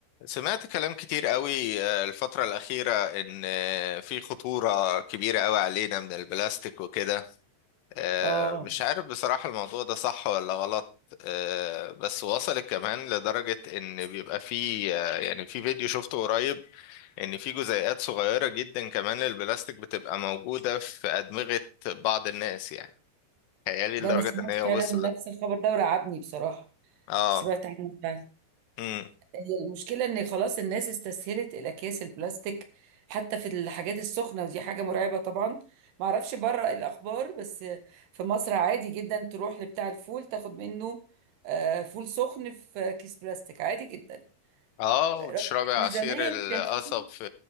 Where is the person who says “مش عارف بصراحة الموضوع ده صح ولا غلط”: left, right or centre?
Left